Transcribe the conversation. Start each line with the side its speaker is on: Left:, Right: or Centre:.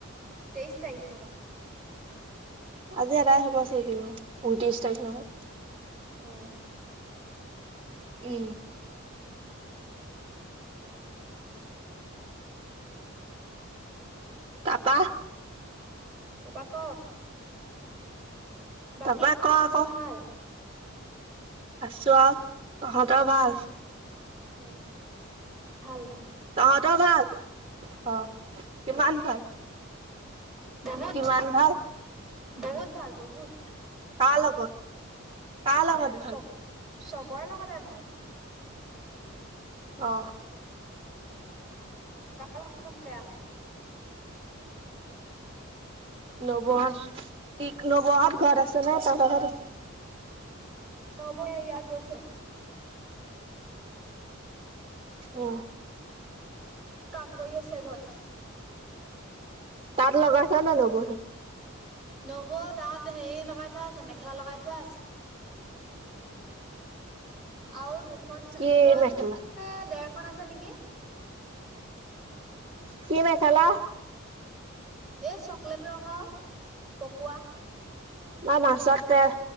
Centre: তেইশ তাৰিখ হ' বা
Right: আজি এৰাই হব চ কি ঊনত্ৰিশ তাৰিখ নহয়
Centre: আহ
Right: উম টাটা
Centre: তাপা ক বাকী
Right: তাপা
Centre: খা
Right: ক
Centre: খবৰ
Right: আকৌ
Centre: ভাল
Right: আছো আৰু তহঁতৰ ভাল
Centre: অ ভাল ভাল
Right: তহঁতৰ ভাল অ কিমান ভাল
Centre: বহুত
Right: কিমান ভাল।
Centre: বহুত ভাল বহুত।
Right: কা লগত কা লগত। ভাল?
Centre: চব চবৰে লগতে ভাল।
Right: অ।
Centre: কা লগত নু বেয়া।
Right: নবহাত ইগ নবহাত ঘৰত আছে নে তহঁতৰ ঘৰ।
Centre: নবও এইয়া গৈছে।
Right: অ।
Centre: কাম কৰি আছে ঘৰত।
Right: তাত লগাইছা নে নবও হেতে।
Centre: নবৌ তাত হেৰি লগাই থোৱা আছে মেখেলা লগাই থোৱা আছে। আও দুখন
Right: কি
Centre: দুখনে
Right: মেখেলা?
Centre: ডেৰখন আছে নেকি।
Right: কি মেখেলা।
Centre: এ চকলেট ৰঙ পকোৱা।
Right: ম মাছত তেল